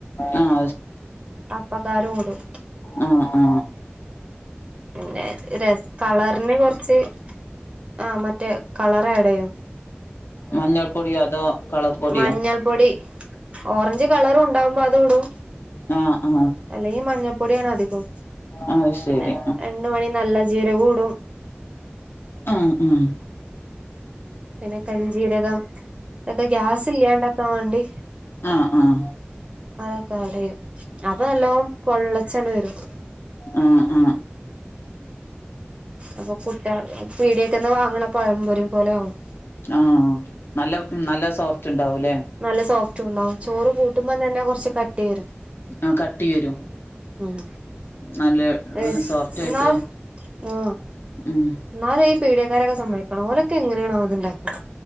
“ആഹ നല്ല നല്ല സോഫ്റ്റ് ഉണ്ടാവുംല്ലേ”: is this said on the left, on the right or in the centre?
Left